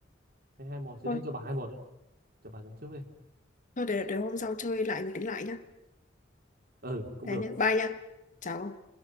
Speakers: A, on the right (about 50°); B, on the left (about 40°).
A: hay hai một gì
B: thôi
A: đấy cho bà hai một cho bà dẫn trước đi
B: thôi để để hôm sau chơi lại rồi tính lại nhá
A: ừ cũng
B: thế
A: được
B: nhá bye nhá chào ông